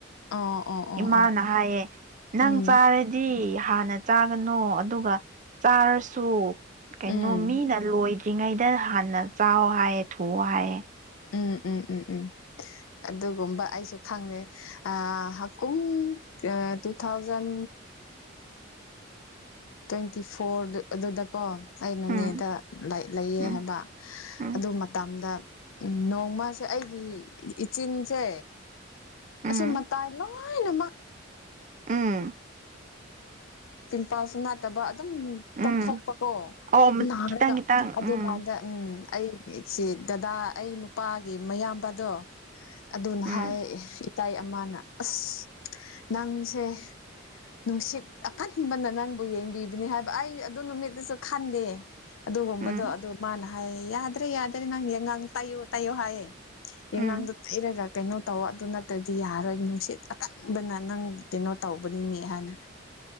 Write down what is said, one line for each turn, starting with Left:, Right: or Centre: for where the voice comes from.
Left: ꯑꯣ ꯑꯣ ꯑꯣ
Right: ꯏꯃꯥꯅ
Left: ꯑꯣ
Right: ꯍꯥꯏꯌꯦ ꯅꯪ
Left: ꯎꯝ
Right: ꯆꯥꯔꯗꯤ ꯍꯥꯟꯅ ꯆꯥꯒꯅꯣ ꯑꯗꯨꯒ ꯆꯥꯔꯁꯨ ꯀꯩꯅꯣ
Left: ꯎꯝ
Right: ꯃꯤꯅ ꯂꯣꯏꯗ꯭ꯔ ꯂ꯭ꯔꯤꯉꯩꯗ ꯍꯥꯟꯅ ꯆꯥꯎꯋ ꯍꯥꯏꯌꯦ ꯊꯨꯑꯣ ꯍꯥꯏꯌꯦ
Left: ꯎꯝ ꯎꯝ ꯎꯝ ꯎꯝ ꯑꯗꯨꯒꯨꯝꯕ ꯑꯩꯁꯨ ꯈꯪꯅꯦ ꯍꯥꯀꯨꯝ ꯇꯨ ꯊꯥꯎꯖꯟ ꯇ꯭ꯋꯦꯟꯇꯤ ꯐꯣꯔ ꯑꯗꯨꯗꯀꯣ ꯑꯩꯅꯅꯦꯗ
Right: ꯎꯝ
Left: ꯂꯩꯌꯦ
Right: ꯎꯝ
Left: ꯍꯥꯏꯕ
Right: ꯎꯝ
Left: ꯑꯗꯨ ꯃꯇꯝꯗ ꯎꯝ ꯅꯣꯡꯃꯁꯦ ꯑꯩꯒꯤ ꯏꯆꯤꯟꯁꯦ
Right: ꯎꯝ
Left: ꯑꯁꯤ ꯃꯇꯥꯏꯂꯣ ꯂꯣꯏꯅꯃ
Right: ꯎꯝ ꯎꯝ
Left: ꯅꯨꯄꯥꯁꯨ ꯅꯥꯠꯇꯕ ꯑꯗꯨꯝ
Right: ꯎꯝ
Left: ꯇꯣꯛꯊꯣꯛꯄꯀꯣ
Right: ꯑꯣ
Left: ꯅꯥꯔꯒ
Right: ꯈꯤꯇꯪ ꯈꯤꯇꯪ
Left: ꯑꯗꯨꯀꯥꯟꯗ
Right: ꯎꯝ
Left: ꯎꯝ ꯑꯩꯒꯤꯁꯤ ꯗꯗꯥ ꯑꯩ ꯅꯨꯄꯥꯒꯤ ꯃꯌꯥꯝꯕꯗꯣ ꯑꯗꯨꯅ
Right: ꯎꯝ
Left: ꯍꯥꯏ ꯏꯇꯥꯏ ꯑꯃꯅ ꯑꯁ ꯅꯪꯁꯦ ꯅꯨꯡꯁꯤꯠ ꯑꯀꯟꯕꯅ ꯅꯪꯕꯨ ꯌꯦꯡꯕꯤꯕꯅꯤ ꯍꯥꯏꯕ ꯑꯩ ꯑꯗꯨ ꯅꯨꯃꯤꯠꯇꯁꯨ ꯈꯟꯗꯦ ꯑꯗꯨꯒꯨꯝꯕꯗꯣ
Right: ꯎꯝ
Left: ꯑꯗꯨ ꯃꯥꯅ ꯍꯥꯏꯌꯦ ꯌꯥꯗ꯭ꯔꯦ ꯌꯥꯗ꯭ꯔꯦ ꯅꯪꯉꯥꯡ ꯇꯥꯏꯌꯣ ꯇꯥꯏꯌꯣ ꯍꯥꯏꯌꯦ
Right: ꯎꯝ
Left: ꯉꯪꯗꯣ ꯇꯩꯔꯒ ꯀꯩꯅꯣ ꯇꯧ ꯑꯗꯨ ꯅꯠꯇ꯭ꯔꯗꯤ ꯌꯥꯔꯔꯣꯏ ꯅꯨꯡꯁꯤꯠ ꯑꯀꯟꯕꯅ ꯅꯪ ꯀꯩꯅꯣ ꯇꯧꯕꯅꯤꯅꯦ ꯍꯥꯏꯅ